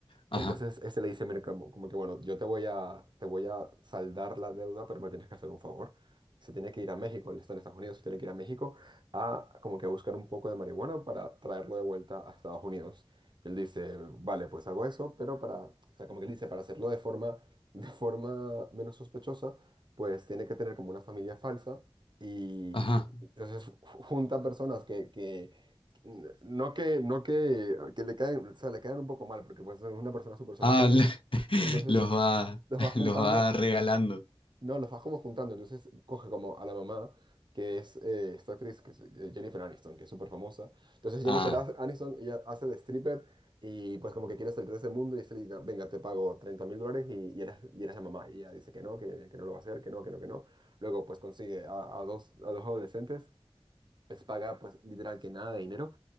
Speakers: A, on the left; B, on the right.
A: ajá,
B: Entonces este le dice, mira, como, como que bueno, yo te voy a, te voy a saldar la deuda, pero me tienes que hacer un favor. Se tiene que ir a México, él está en Estados Unidos, se tiene que ir a México a como que a buscar un poco de marihuana para traerlo de vuelta a Estados Unidos. Y él dice, vale, pues hago eso, pero para, o sea, como que él dice, para hacerlo de forma, de forma menos sospechosa, pues tiene que tener como una familia falsa. Y
A: ajá.
B: y entonces junta personas que, que, N- No que, no que, que le caen, o sea, le caen un poco mal, porque pues es una persona súper solitaria.
A: Ah, le- <laughs>
B: Entonces
A: los va,
B: los vas juntando,
A: los va regalando.
B: no, los vas como juntando. Entonces coge como a la mamá, que es eh, esta actriz, que es eh, Jennifer Aniston, que es súper famosa. Entonces Jennifer
A: Ah,
B: As- Aniston, ella hace de stripper y pues como que quiere salir de ese mundo y se le dice, venga, te pago treinta mil dólares y, y eres, y eres la mamá. Y ella dice que no, que, que no lo va a hacer, que no, que no, que no. Luego pues consigue a, a dos, a dos adolescentes, les paga pues literal que nada de dinero